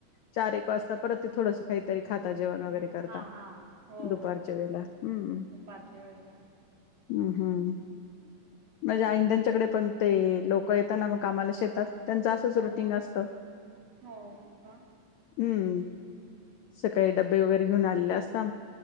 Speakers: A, on the left; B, on the right.
A: चार एक वाजता परत ते थोडसं कायतरी खाता परत जेवण वगैरे. करता
B: हा हा हो
A: दुपारच्या वेळेला हम्म
B: दुपारच्या वेळेला
A: हम्म हम्म माझ्या आईनं त्यांच्याकडे पण ते लोक क येता ना मंग कामाला शेतात त्यांचं असंच
B: हो
A: रुटीन
B: का
A: असत.
B: हो का
A: हम्म सकाळी डब्बे वगैरे घेऊन आलेले असता.